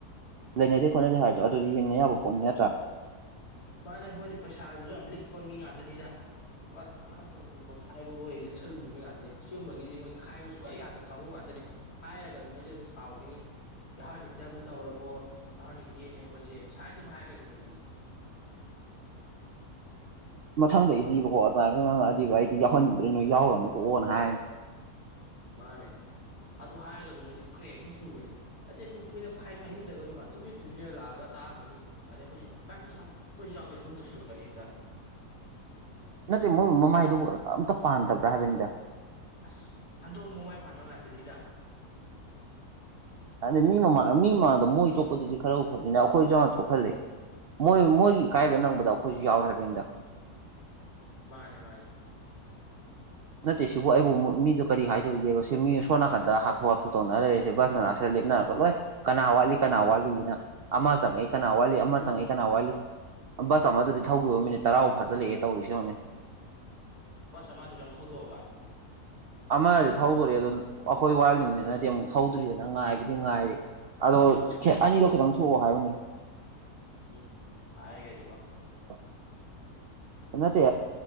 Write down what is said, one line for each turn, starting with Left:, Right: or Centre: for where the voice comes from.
Right: ꯂꯩꯅꯗꯦ ꯈꯣꯠꯅꯗꯦ ꯍꯥꯏꯔꯁꯨ ꯑꯗꯨꯗꯤ ꯌꯦꯡꯅ ꯌꯥꯕ ꯄꯣꯠꯅꯤ ꯅꯠꯇ꯭ꯔꯥ
Left: ꯃꯥꯅ ꯃꯣꯏꯗꯤ ꯄꯩꯁꯥꯗꯨꯁꯨ ꯌꯥꯝ ꯂꯤꯛꯄ ꯃꯤ ꯉꯥꯛꯇꯅꯤꯗ ꯂꯨꯄꯥ ꯇꯔꯥ ꯀꯨꯟꯒꯨꯝꯕ ꯈꯥꯏꯕꯕꯨ ꯑꯣꯏ ꯂꯤ ꯏꯛꯁꯜꯍꯟꯕ ꯃꯤ ꯉꯥꯛꯇꯅꯦ ꯁꯤꯒꯨꯝꯕꯒꯤꯗꯤ ꯃꯣꯏ ꯈꯥꯏꯕ ꯁꯨꯛꯌꯥ ꯌꯥꯗꯕ ꯀꯥꯡꯕꯨ ꯉꯥꯛꯇꯅꯤ ꯍꯥꯏꯔꯒꯁꯨ ꯃꯣꯏꯗꯤ ꯑꯗꯨꯝ ꯁꯥꯎꯈꯤꯅꯤ ꯌꯥꯎꯍꯟꯅꯤꯡꯗꯕ ꯇꯧꯔꯕꯣ ꯌꯥꯎꯍꯟꯅꯤꯡꯗꯦꯅꯦ ꯑꯩꯈꯣꯏꯁꯦ ꯁꯨꯃꯥꯏꯅ ꯑꯗꯨꯝ ꯍꯥꯏꯔꯛꯀꯅꯤ ꯃꯣꯏꯗꯤ
Right: <unintelligible> ꯃꯊꯪꯗꯩꯗꯤꯕꯀꯣ ꯑꯗꯨꯃꯥꯏꯒ ꯉꯥꯡꯉꯛꯑꯗꯤꯕ ꯑꯩꯗꯤ ꯌꯥꯎꯍꯟꯅꯤꯡꯗ꯭ꯔꯦ ꯅꯣꯏ ꯌꯥꯎꯔꯣꯅꯨ ꯀꯣꯛꯑꯣꯅ ꯍꯥꯏꯔꯅꯤ
Left: ꯃꯥꯅꯦ ꯑꯗꯨ ꯍꯥꯏꯔꯒꯁꯨ ꯃꯣꯏꯗꯤ ꯀ꯭ꯔꯦꯛ ꯍꯦꯛ ꯁꯨꯕꯅꯦ ꯑꯇꯩ ꯄꯈꯣꯏꯅ ꯈꯥꯏꯁꯨ ꯍꯥꯏꯅꯤꯡꯗ꯭ꯔꯒꯁꯨ ꯇꯨꯃꯤ ꯇꯨꯃꯤꯟꯅ ꯂꯥꯛꯑꯒ ꯇꯥꯑꯃꯅꯤ ꯑꯗ ꯑꯩꯈꯣꯏꯁꯨ ꯚꯥꯏ ꯑꯩꯈꯣꯏꯁꯨ ꯌꯥꯎꯒꯦ ꯑꯩꯈꯣꯏꯁꯨ ꯌꯥꯎꯒꯦ ꯑꯗꯨꯝ ꯇꯧꯁꯜꯂꯛꯀꯅꯤ ꯍꯦꯛꯇ
Right: ꯅꯠꯇꯦ ꯃꯣꯏ ꯃꯃꯥꯏꯗꯨꯕꯨ ꯑꯝꯇ ꯄꯥꯟꯗꯕ꯭ꯔꯥ ꯍꯥꯏꯕꯅꯤꯗ
Left: ꯑꯁ ꯍꯟꯗꯣꯡ ꯃꯃꯥꯏ ꯄꯥꯟꯕ ꯉꯇꯅꯤꯗ
Right: ꯑꯗ ꯃꯤ ꯃꯃꯥꯡꯗ ꯃꯤ ꯃꯃꯥꯡꯗ ꯃꯣꯏ ꯆꯣꯠꯄꯗꯨꯗꯤ ꯈꯔ ꯎ ꯐꯅꯤꯅ ꯑꯩꯈꯣꯏꯁꯨ ꯆꯥꯅ ꯆꯣꯛꯍꯜꯂꯤꯦ ꯃꯣꯏ ꯃꯣꯏꯒꯤ ꯏꯀꯥꯏꯕ ꯅꯪꯕꯗꯣ ꯑꯩꯈꯣꯏꯁꯨ ꯌꯥꯎꯔꯦ ꯍꯥꯏꯕꯅꯤꯗ
Left: ꯃꯥꯅꯦ ꯃꯥꯅꯦ
Right: ꯅꯠꯇꯦ ꯁꯤꯕꯨ ꯑꯩꯕꯨ ꯃꯤꯣ ꯀꯔꯤ ꯍꯥꯏꯗꯣꯔꯤꯒꯦꯕ ꯁꯤ ꯃꯤ ꯁꯣ ꯅꯥꯀꯟꯗ ꯍꯥꯊꯨ ꯍꯥꯊꯨ ꯇꯧꯅ ꯂꯩꯔꯦꯁꯦ ꯕꯁ ꯃꯅꯥꯛ ꯂꯦꯞꯅꯔꯛꯄ ꯂꯣꯏ ꯀꯅꯥ ꯋꯥꯠꯂꯤ ꯀꯅꯥ ꯋꯥꯠꯂꯤꯅ ꯑꯃ ꯆꯪꯉꯛꯏ ꯀꯅꯥ ꯋꯥꯠꯂꯤ ꯑꯃ ꯆꯪꯉꯛꯏ ꯀꯅꯥ ꯋꯥꯠꯂꯤ ꯕꯁ ꯑꯃ ꯑꯗꯨꯗꯤ ꯊꯧꯈꯤꯕ ꯃꯤꯅꯤꯠ ꯇꯔꯥꯐꯥꯎ ꯐꯥꯖꯤꯜꯂꯛꯑꯦ ꯇꯧꯔꯤꯁ ꯍꯧꯅꯦ
Left: ꯎꯝ ꯕꯁ ꯑꯃꯗꯨꯗ ꯌꯥꯝ ꯊꯧꯗꯣꯛꯑꯕ
Right: ꯑꯃ ꯊꯧꯗꯣꯔꯦ ꯑꯗꯨ ꯑꯩꯈꯣꯏ ꯋꯥꯠꯂꯤꯕꯅꯤꯅꯗꯤ ꯑꯃꯨꯛ ꯊꯧꯗ꯭ꯔꯤꯗꯅ ꯉꯥꯏꯕꯨꯗꯤ ꯉꯥꯏꯔꯤꯦ ꯑꯗꯣ ꯑꯅꯤꯗꯣ ꯈꯤꯇꯪ ꯊꯣꯛꯑꯣ ꯍꯥꯏꯌꯅꯦ
Left: ꯎꯝ ꯍꯥꯏꯒꯦꯖꯤꯃ
Right: <unintelligible> ꯅꯠꯇꯦ